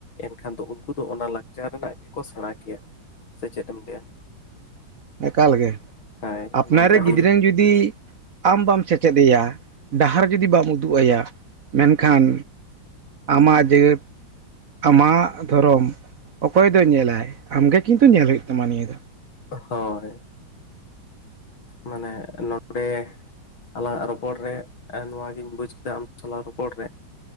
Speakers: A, on the left; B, on the right.
A: ᱮᱱᱠᱷᱟᱱ ᱫᱚ ᱩᱱᱠᱩ ᱫᱚ ᱚᱱᱟ ᱞᱟᱠᱪᱟᱨ ᱨᱮᱱᱟᱜ ᱜᱮᱠᱚ ᱥᱮᱬᱟ ᱠᱮᱭᱟ᱾ ᱥᱮ ᱪᱮᱫ ᱮᱢ ᱞᱟᱹᱭᱟ?
B: ᱮᱠᱟᱞᱜᱮ
A: ᱦᱳᱭ
B: ᱟᱯᱱᱟᱨ
A: ᱱᱚᱣᱟ ᱫᱚ
B: ᱨᱮ
A: ᱟᱹᱰᱤ
B: ᱜᱤᱫᱽᱨᱟᱹ ᱡᱩᱫᱤ ᱟᱢ ᱵᱟᱢ ᱥᱮᱪᱮᱫ ᱟᱭᱟ ᱰᱟᱦᱟᱨ ᱡᱩᱫᱤ ᱵᱟᱢ ᱩᱫᱩᱜ ᱟᱭᱟ ᱢᱮᱱᱠᱷᱟᱱ ᱟᱢᱟᱜ ᱡᱟᱹᱛ ᱟᱢᱟᱜ ᱫᱷᱚᱨᱚᱢ ᱚᱠᱚᱭ ᱫᱚᱭ ᱧᱮᱞᱟᱭ ᱟᱢᱜᱮ ᱠᱤᱱᱛᱩ ᱧᱮᱞ ᱦᱩᱭᱩᱜ ᱛᱟᱢᱟ ᱱᱤᱭᱟᱹ ᱫᱚ
A: ᱦᱳᱭ ᱢᱟᱱᱮ ᱱᱚᱰᱮ ᱟᱞᱟᱝᱟᱜ ᱨᱚᱯᱚᱲ ᱨᱮ ᱱᱚᱣᱟᱜᱤᱧ ᱵᱩᱡᱽ ᱠᱮᱫᱟ ᱟᱢ ᱥᱟᱚᱞᱟᱝ ᱨᱚᱯᱚᱲ ᱨᱮ